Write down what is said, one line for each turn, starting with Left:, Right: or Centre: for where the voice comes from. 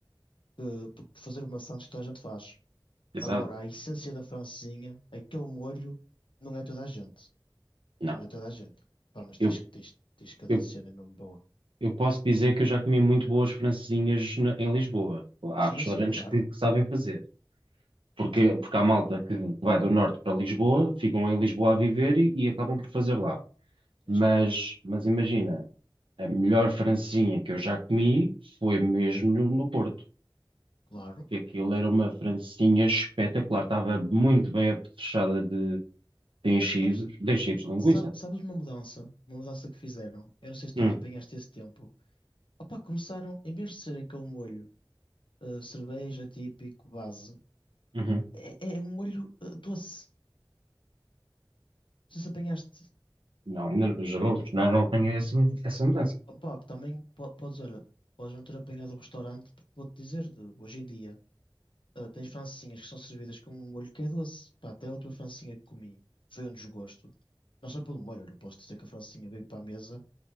Left: que, por fazer uma sandes toda a gente faz.
Right: Exato.
Left: Agora, a essência da francesinha, aquele molho, não é toda a gente.
Right: Não.
Left: Não é toda a gente. Pá, mas tens,
Right: Eu,
Left: que- tens, tens cada
Right: eu,
Left: cena mesmo boa.
Right: eu posso dizer que eu já comi muito boas francesinhas na- em Lisboa. Há
Left: Sim,
Right: restaurantes
Left: sim, claro.
Right: que, que sabem fazer. Porque, porque há malta que vai do norte para Lisboa, ficam em Lisboa a viver e, e acabam por fazer lá.
Left: Sim,
Right: Mas,
Left: sim,
Right: mas imagina, a melhor francesinha que eu já comi foi mesmo no, no Porto.
Left: claro.
Right: Que aquilo era uma francesinha espetacular. Estava muito bem apetrechada de, de enchidos,
Left: Sabes,
Right: de enchidos de linguiça.
Left: sa- sabes uma mudança? Uma mudança que fizeram? Eu não sei se tu
Right: Hum,
Left: ainda apanhaste esse tempo. Opa, começaram, em vez de ser aquele molho, eh, cerveja típico, base,
Right: uhum.
Left: é, é um molho, eh, doce. Não sei se apanhaste.
Right: Não, ainda, já não, já não tenho essa, essa mudança.
Left: Opa, também po- podes, olha, podes não ter apanhado o restaurante, porque vou-te dizer, hoje em dia. Ah, tens francesinhas que são servidas com um molho que é doce. Pá, até a última francesinha que comi foi um desgosto. Não só pelo molho, eu posso dizer que a francesinha veio para a mesa.